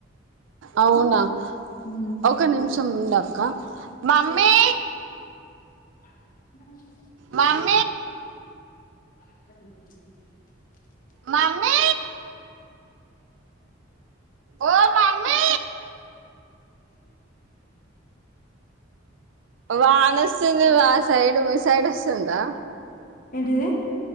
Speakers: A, on the right; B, on the left.
A: అవునా
B: ఉమ్,
A: ఒక నిమిషం ఉంక్క మమ్మీ
B: బ
A: మామ్
B: చ
A: మమ్మీ ఓ మామ్మీ వాన వస్తుంది వా సైడ్ మీ సైడ్ వస్తుందా
B: ఏంటిది